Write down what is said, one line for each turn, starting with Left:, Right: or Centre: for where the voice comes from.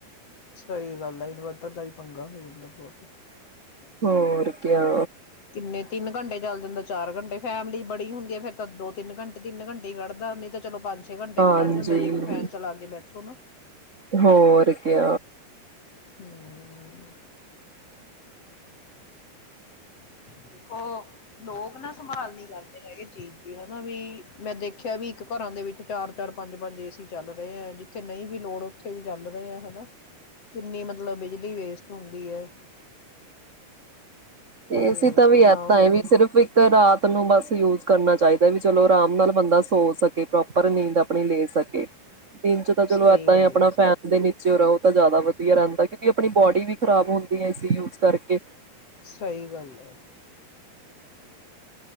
Left: ਸਹੀ ਗੱਲ ਆ ਇਨਵਰਟਰ ਦਾ ਪੰਗਾ ਹੋ ਜਾਂਦਾ ਬਹੁਤ
Right: ਹੋਰ ਕਿਆ
Left: ਇੰਨੇ ਤਿੰਨ ਘੰਟੇ ਚੱਲ ਜਾਂਦਾ ਚਾਰ ਘੰਟੇ ਫੈਮਿਲੀ ਬੜੀ ਹੁੰਦੀ ਹੈ ਫੇਰ ਤਾਂ ਦੋ ਤਿੰਨ ਘੰਟੇ ਤਿੰਨ ਘੰਟੇ ਹੀ ਕੱਢਦਾ ਨਹੀਂ ਤਾਂ ਚਲੋ ਪੰਜ ਛੇ ਘੰਟੇ
Right: ਹਾਂਜੀ
Left: ਵੀੱਢ ਜਾਂਦਾ ਜ ਇੱਕ ਫੈਨ ਚਲਾ ਕੇ ਬਠੇ ਥੋ ਨਾ
Right: ਹੋਰ ਕ
Left: ਹਮ ਦੇਖੋ ਲੋਕ ਨਾ ਸੰਭਾਲ ਨ ਕਰਦੇ ਹੈਗੇ ਚੀਜ਼ ਦੀ ਹਨਾ ਵੀ ਮੈਂ ਦੇਖਿਆ ਵੀ ਇੱਕ ਘਰਾਂ ਦੇ ਵਿੱਚ ਚਾਰ ਚਾਰ ਪੰਜ ਪੰਜ ਏਸੀ ਚੱਲ ਰਹੇ ਹੈ ਜਿੱਥੇ ਨਹੀਂ ਵੀ ਲੋੜ ਉੱਥੇ ਵੀ ਚੱਲ ਰਹੇ ਹੈ ਹਨਾ ਕਿੰਨੀ ਮਤਲਬ ਬਿਜਲੀ ਵੇਸਟ ਹੁੰਦੀ ਹੈ ਤੇ
Right: ਅਸੀਂ ਤਾਂ ਵੀ
Left: ਕਿੰਨਾ
Right: ਇਦਾਂਏ
Left: ਉਹ
Right: ਵੀ ਸਿਰਫ ਇੱਕ ਰਾਤ ਨੂੰ ਬਸ ਯੂਜ ਕਰਨਾ ਚਾਹੀਦਾ ਵੀ ਚਲੋ ਆਰਾਮ ਨਾਲ ਬੰਦਾ ਸੋ ਸਕੇ ਪ੍ਰੋਪਰ ਨੀਂਦ ਆਪਣੀ ਲੈ ਸਕੇ ਦਿਨ ਚ ਤਾਂ ਚਲੋ
Left: ਸਹੀ
Right: ਇੱਦਾਂ
Left: ਗੱਲ
Right: ਹੀ ਆਪਣਾ
Left: ਹੈ
Right: ਫੈਨ ਦੇ ਨੀਚੇ ਉ ਤਾਂ ਜ਼ਿਆਦਾ ਵਧੀਆ ਰਹਿੰਦਾ ਕਿਉਂਕਿ ਆਪਣੀ ਬੋਡੀ ਵੀ ਖਰਾਬ ਹੁੰਦੀ ਹੈ ਯੂਜ ਕਰਕੇ
Left: ਸਹੀ ਗੱਲ ਆ